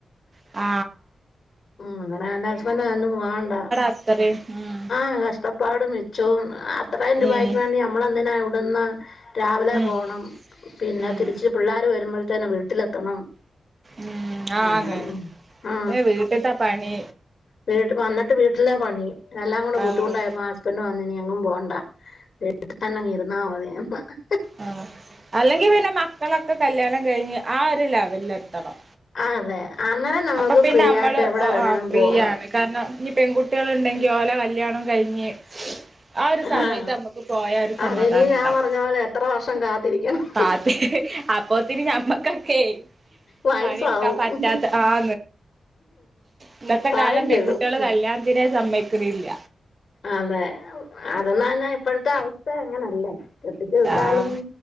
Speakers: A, on the right; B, on the left.
A: ആ
B: അങ്ങനെ എന്റെ ഹസ്ബൻ്റ് അന്നും പോണ്ട
A: അത്രയും ഉം
B: ആ കഷ്ടപ്പാടും ച്ചം അത്രരം രൂപയ്ക്ക്
A: ഉം
B: വേണ്ടി നമ്മെളന്തിനാണ് ഇവിടുന്ന് രാ
A: ഉം
B: പോകണം പിന്നെ
A: ഉം
B: തിരിച്ച് പിള്ളേർ വരുമ്പോഴത്തന്നെ വിട്ടി വീട്ടിലത്തണം
A: ഉം ആന്ന്
B: അങ്ങനെ ആ
A: വീട്ടിത്തെ പണി
B: വീട്ടിൽ വന്നിട്ട് വീട്ടിലാ പണി എല്ലാം കൂടെ
A: ആഹ്
B: ബുദ്ധിമുട്ടായപ്പോ ഹസ്ബൻ്റ് പറഞ്ഞു എങ്ങും പോണ്ട വീട്ട് തന്നെ ഇരുന്നാമതി പറഞ്ഞ്
A: ആ അല്ലെങ്കി പിന്നെ മക്കളൊക്കെ കല്യാണം കഴിഞ്ഞ് ആ ഒരു ലെവലിൽ എത്തണം
B: അതെ അന്നേരം നമുക്ക്
A: അപ്പൊ പിന്നെ
B: ഫ്രീ
A: നമ്മള്
B: ആയിട്ട് എവിടെ
A: ഒ
B: വേണേലും
A: ഫ്രീയാണ്
B: പോകാം
A: കാരണം ഇനി പെൺകുട്ടികൾ ഉണ്ടെങ്കി ഓലെ കല്ല്യാണം കഴിഞ്ഞ് ആ ഒരു സമയത്ത്
B: ആഹ്
A: നമ്മുക്ക് പോയ ഒരു സമാധാനം
B: അതിനി ഞാൻ
A: ഉണ്ടാവും
B: പറഞ്ഞ പോലെ എത്ര വർഷം കാത്തിരിക്കണം
A: കാ അത് അപ്പത്തിൻ ഞമ്മക്കൊക്കെ
B: വയസാവും
A: പന്നിട്ക്കാൻ പറ്റാത്ത ആ ഇന്നത്തെ
B: പ്രായം
A: കാലം
B: ചെല്ലും
A: പെൺകുട്ടിൾ കല്യാണത്തിനെ സമ്മയ്ക്കുന്നില്ല
B: അതെ അതെന്നാഞ്ഞാൻ ഇപ്പഴത്തെ അവസ്ഥ അങ്ങനെല്ലേ എത്തിച്ചു വിട്ടാലും
A: ആഹ്